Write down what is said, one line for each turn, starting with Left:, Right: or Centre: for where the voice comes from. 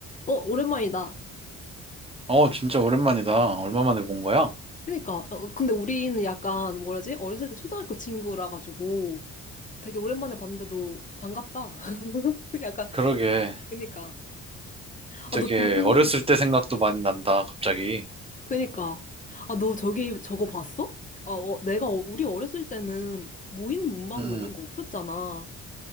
Left: 어, 오랜만이다.
Right: 어, 진짜 오랜만이다. 얼마 만에 본 거야?
Left: 그니까. 어, 근데 우리는 약간, 뭐라지? 어렸을 때 초등학교 친구라 가지고 되게 오랜만에 봤는데도 반갑다. <laughs> 약간,
Right: 그러게.
Left: 그니까. 아,
Right: 되게
Left: 너 저기,
Right: 어렸을 때 생각도 많이 난다, 갑자기.
Left: 그니까. 아, 너 저기 저거 봤어? 아, 어, 내가, 어- 우리 어렸을 때는 무인 문방구
Right: 음,
Left: 이런
Right: 음.
Left: 거 없었잖아.